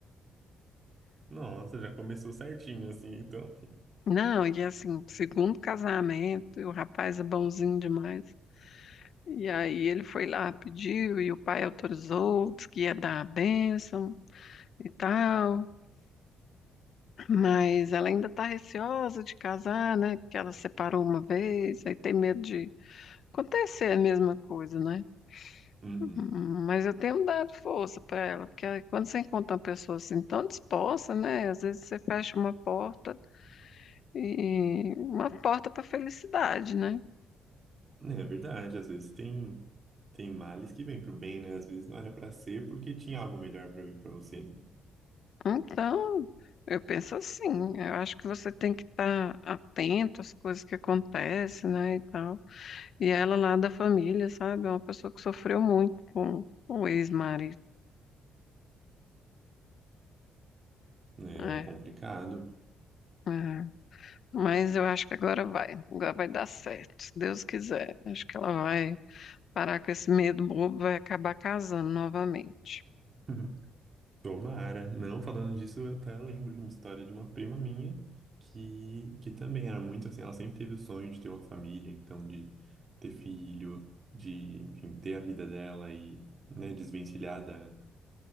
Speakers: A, on the right (about 40°); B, on the left (about 60°).
A: Nossa, já começou certinho assim, então.
B: Não, e assim, segundo casamento, e o rapaz é bonzinho demais. E aí ele foi lá, pediu, e o pai autorizou, disse que ia dar a bênção e tal. Mas ela ainda tá receosa de casar, né? Porque ela separou uma vez, aí tem medo de Acontecer é a mesma coisa, né?
A: Uhum.
B: Uhum, Mas eu tenho dado força para ela, porque aí quando você encontra uma pessoa assim tão disposta, né? Às vezes você fecha uma porta e uma porta para felicidade, né?
A: É verdade, às vezes tem tem males que vêm pro bem, né? Às vezes não era pra ser porque tinha algo melhor pra vir pra você.
B: Então, eu penso assim, eu acho que você tem que estar atento às coisas que acontecem, né, e tal. E ela lá da família, sabe? É uma pessoa que sofreu muito com o ex-marido,
A: né?
B: né?
A: É complicado.
B: É, Mas eu acho que agora vai. Agora vai dar certo, se Deus quiser. Acho que ela vai parar com esse medo bobo, vai acabar casando novamente.
A: <laughs> Tomara. Não, falando disso, eu até lembro de uma história de uma prima minha que, que também era muito assim, ela sempre teve o sonho de ter uma família, então de ter filho, de, enfim, ter a vida dela e, né, desvencilhar da,